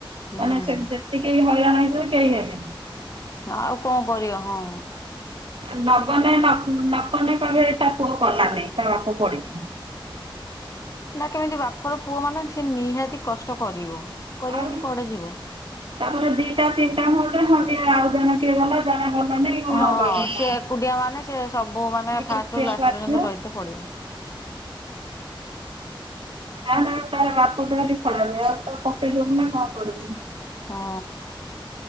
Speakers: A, on the left; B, on the right.
A: ହୁଁ
B: ମାନେ ସେ ଯେତିକି ହଇରାଣ ହେଇଥିବ କେହି ହେବନି।
A: ଆଉ କଣ କରିବା ହଁ।
B: ନଗନ ନକଲେ କହିବେ ତା ପୁଅ କଲାନାଇଁ ତା ବାପ ପଡିଚି।
A: ନା କେମିତି ବାପର ପୁଅ ମାନେ ସେ ନିହାତି କଷ୍ଟ କରିବ। କରିବନି
B: ଆଉ
A: କୁଆଡେ ଯିବ।
B: ତାପରେ ଦିଟା ତିନିଟା <inaudible> ଆଉ ଜଣେ କିଏ ଗଲା ଜଣେ ଗଲାନି କଣ
A: ହଁ
B: ଅଲଗା
A: ସେ ଏକୁଟିଆ ମାନେ ସେ ସବୁ ମାନେ ଫାଷ୍ଟରୁ
B: ପକେଇବାକୁ
A: ଲାଷ୍ଟ
B: ବାଧ୍ୟ।
A: ପର୍ଯ୍ୟନ୍ତ ରହିଥ ପଡ଼ିିବ।
B: <inaudible>
A: ହଁ।